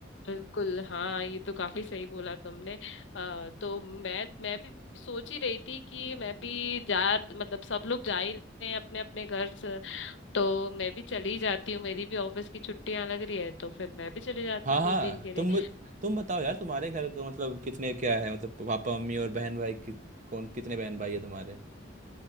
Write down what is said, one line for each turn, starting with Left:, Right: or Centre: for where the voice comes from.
Left: बिल्कुल हाँ ये तो काफी सही बोला तुमने आ, तो मैं मैं भी सोच ही रही थी कि मैं भी जा मतलब सब लोग जा ही रहे हैं अपने अपने घर से तो मैं भी चली जाती हूँ मेरी भी ऑफिस की छुट्टियां लग रही है तो फिर मैं भी चली जाती
Right: हाँ
Left: हूँ
Right: हाँ
Left: कुछ दिन के लिए
Right: तुम तुम बताओ यार तुम्हारे घर का मतलब कितने क्या है मतलब पापा मम्मी और बहन भाई कि, कौन कितने बहन भाई है तुम्हारे